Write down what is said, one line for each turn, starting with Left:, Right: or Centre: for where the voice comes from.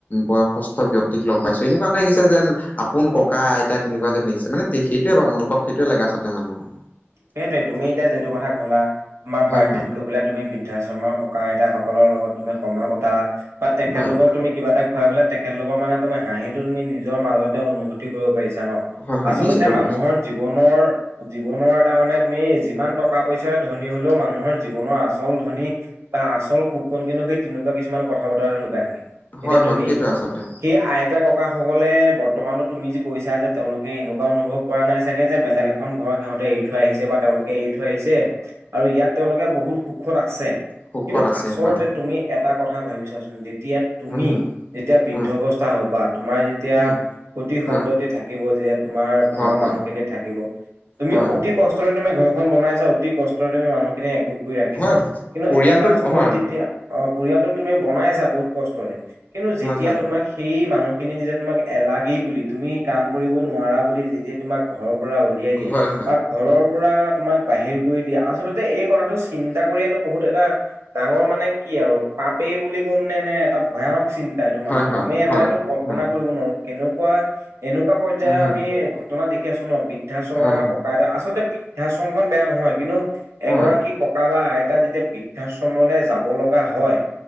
Left: বয়সস্থ ব্যক্তিক লগ পাইছো। এনেকুৱা লাগিছে যেন আপোন ককা আইতা তেনেকুৱা যেন লাগিছে। মানে সেইটোয়ে মনোভাৱ সেইটোৱে লাগে আচলতে মানুহৰ।
Right: সেইটোৱে তুমি এতিয়া যিটো কথা ক'লা তোমাৰ
Left: হয়
Right: বাৰ্থডেত
Left: হয়
Right: গৈ পেলাই তুমি বৃদ্ধাশ্ৰমৰ ককা আইতাক সকলৰ লগত তুমি সময় কটালা বা তেখেতলোকক
Left: হয়
Right: তুমি কিবা এটা খুৱাই পেলাই তেখেতলোকৰ মানে তুমি হাঁহিটো তুমি নিজৰ মাজতে অনুভতি কৰিব ন।
Left: হয় হয়
Right: আচলতে
Left: নিশ্চিত ৰূপে
Right: মানুহৰ
Left: নিশ্চিত
Right: জীৱনৰ জীৱনৰ মানে তুমি যিমান টকা পইচাৰে ধনী হ'লেও মানুহৰ জীৱনৰ আচল ধনী বা আচল সুখ কোন কিন্তু সেই তেনেকুৱা কিছুমান কথা বতৰা এটা লুকাই থাকে।
Left: হয়
Right: এতিয়া
Left: হয়
Right: তুমি
Left: সেইটোৱে আচলতে
Right: সেই আইতা ককা সকলে বৰ্তমানো তুমি যে কৈছা যে তেওঁলোকে এনেকুৱা অনুভৱ কৰা নাই চাগে যে বেলেগ এখন ঘৰ সিহতে এ থৈ আহিছে বা তেওঁলোকে এৰি থৈ আহিছে আৰু ইয়াত তেওঁলোকে বহুত সুখত আছে।
Left: সুখত
Right: কিন্তু
Left: আছে
Right: আচলতে
Left: হয়
Right: তুমি এটা কথা ভাবিছাচোন তেতিয়া তুমি
Left: হয় হয়
Right: যেতিয়া বৃদ্ধ
Left: হয়
Right: অৱস্থা হবা তোমাৰ যেতিয়া
Left: হয়
Right: সুতি সন্ততি
Left: হয়
Right: থাকিব যেতি তোমাৰ ঘৰৰ
Left: হয় হয়
Right: মানুহখিনি থাকিব তুমি
Left: হয়
Right: অতি কষ্টৰে তুমি ঘৰখন বনাইছা অতি কষ্টৰে তুমি আমি মানুহখিনি কৰি ৰাখিছা
Left: হয়
Right: কিন্তু
Left: পৰিয়ালটো
Right: এটা সময়ত
Left: হয়
Right: যেতিয়া অ', পৰিয়ালটোক তুমি বনাইছা বহুত কষ্টৰে কিন্তু
Left: হয়
Right: যেতিয়া
Left: হয়
Right: তোমাক সেই মানুহখিনি যেতিয়া তোমাক এলাগেই বুলি তুমি কাম কৰিব নোৱাৰা বুলি যেতিয়া তোমাক ঘৰৰ পৰা উলিয়াই দিয়ে
Left: হয় হয়
Right: তাক পৰা তোমাক বাহিৰ কৰি দিয়া আচলতে এই কথাটো চিন্তা কৰাটো বহুত এটা ডাঙৰ মানে কি আৰু পাপেই বুলি ক'ম নে নে এটা ভয়ানক চিন্তা এইটো মানুহৰ
Left: হয় হয়
Right: আমি
Left: হয়
Right: মানে এইটো কল্পনা
Left: হয়
Right: কৰিব নোৱাৰো কেনেকুৱা এনেকুৱা পৰ্যায়
Left: হা হা
Right: আমি ঘটনা দেখি আছো ন বৃদ্ধাশ্ৰমত
Left: হা
Right: আমাৰ
Left: হা
Right: ক আচলতে বৃদ্ধাশ্ৰম খন বেয়া নহয় কিন্তু
Left: হা
Right: এগৰাকী ককা বা আইতা এ যেতিয়া বৃদ্ধাশ্ৰমলৈ যাব লগা হয়